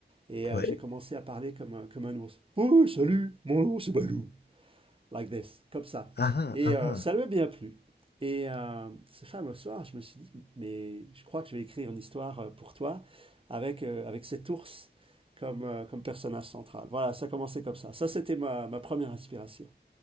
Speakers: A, on the right; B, on the left.
A: Et euh,
B: Ouais.
A: j'ai commencé à parler comme, un- comme un ours. Oh, salut, mon ours, c'est Balou like this, comme ça.
B: Ah ah
A: Et
B: ah
A: euh,
B: ah.
A: ça lui a bien plu. Et euh, ce fameux soir, je me suis dit, mais je crois que je vais écrire une histoire euh, pour toi avec, euh, avec cet ours comme, euh, comme personnage central. Voilà, ça commençait comme ça. Ça, c'était ma, ma première inspiration.